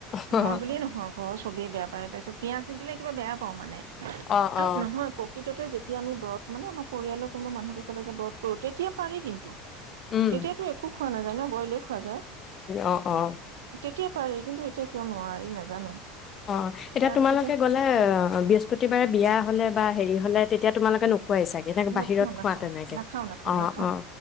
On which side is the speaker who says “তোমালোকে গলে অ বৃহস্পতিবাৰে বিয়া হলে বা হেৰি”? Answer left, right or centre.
Left